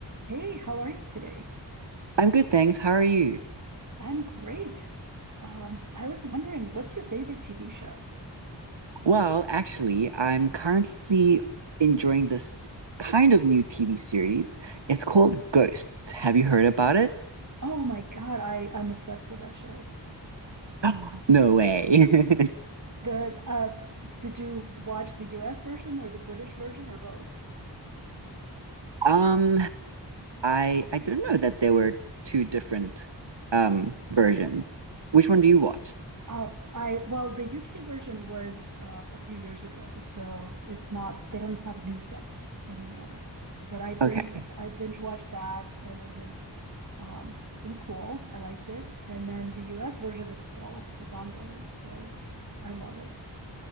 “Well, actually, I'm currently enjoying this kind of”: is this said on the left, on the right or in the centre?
Right